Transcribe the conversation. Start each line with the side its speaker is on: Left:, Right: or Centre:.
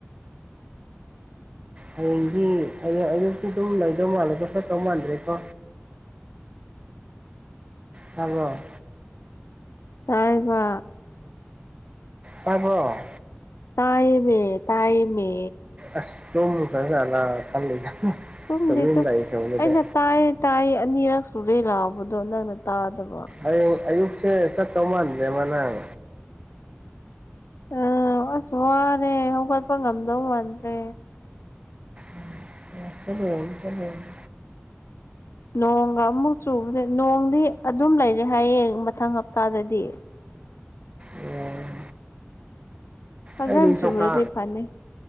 Right: ꯍꯌ‌ꯦꯡꯗꯤ ꯑꯩ ꯑꯌꯨꯛꯇꯤ ꯑꯗꯨꯝ ꯂꯩꯗꯧ ꯃꯥꯜꯂꯦꯀꯣ ꯆꯠꯇꯧ ꯃꯥꯟꯗ꯭ꯔꯦꯀꯣ ꯇꯥꯕꯔꯣ
Left: ꯇꯥꯏꯌꯦꯕ
Right: ꯇꯥꯕꯔꯣ
Left: ꯇꯥꯏꯌ‌ꯦꯃꯤ ꯇꯥꯏꯌꯦꯃꯤ
Right: ꯑꯁ ꯇꯨꯝꯈꯔ꯭ꯖꯥꯠꯂ ꯈꯜꯂꯤꯗ
Left: ꯇꯨꯝꯗꯤ
Right: ꯇꯨꯃꯤꯟ
Left: ꯇꯨꯝ
Right: ꯂꯩꯈ꯭ꯔꯕꯗꯨꯗ
Left: ꯑꯩꯅ ꯇꯥꯏꯌꯦ ꯇꯥꯏꯌꯦ ꯑꯅꯤꯔꯛ ꯁꯨꯔꯦ ꯂꯥꯎꯕꯗꯣ ꯅꯪꯅ ꯇꯥꯗꯕ
Right: ꯍꯌꯦꯡ ꯑꯌꯨꯛꯁꯦ ꯆꯠꯇꯧ ꯃꯥꯟꯗꯔ꯭ꯦꯕ ꯅꯪ
Left: ꯑꯣ ꯑꯁ ꯋꯥꯔꯦ ꯍꯧꯒꯠꯄ ꯉꯝꯗꯧ ꯃꯥꯟꯗ꯭ꯔꯦ
Right: ꯎꯝ ꯎꯝ ꯆꯠꯂꯨꯔꯅꯨ ꯆꯠꯂꯨꯔꯅꯨ
Left: ꯅꯣꯡꯒ ꯑꯃꯨꯛ ꯆꯨꯕꯅꯦ ꯅꯣꯡꯗꯤ ꯑꯗꯨꯝ ꯂꯩꯔꯦ ꯍꯥꯏꯌꯦ ꯃꯊꯪ ꯍꯞꯇꯥꯗꯗꯤ
Right: ꯎꯝ
Left: ꯐꯖꯅ
Right: ꯑꯩ ꯅꯤꯡꯊꯧꯀꯥ
Left: ꯆꯨꯔꯗꯤ ꯐꯅꯤ